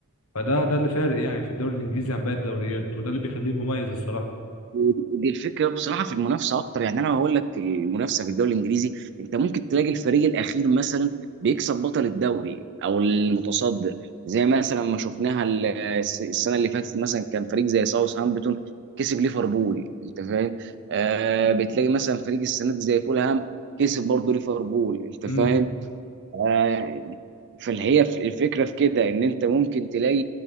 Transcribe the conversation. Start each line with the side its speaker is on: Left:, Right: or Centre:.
Left: فده ده اللي فارق يعني في الدوري الانجليزي عن باقي الدوريات وده اللي بيخليه مميز الصراحه
Right: ودي ودي الفكره بصراحه في المنافسه اكتر يعني انا هقول لك المنافسه في الدوري الانجليزي انت ممكن تلاقي الفريق الاخير مثلا بيكسب بطل الدوري او المتصدر زي مثلا ما شفناها ال- الس- السنه اللي فاتت مثلا كان فريق زي ساوث هامبتون كسب ليفربول انت فاهم آه بتلاقي مثلا فريق السنه دي زي فولهام كسب برضه ليفربول انت
Left: امم
Right: فاهم آه، فالهي في- الفكره في كده ان انت ممكن تلاقي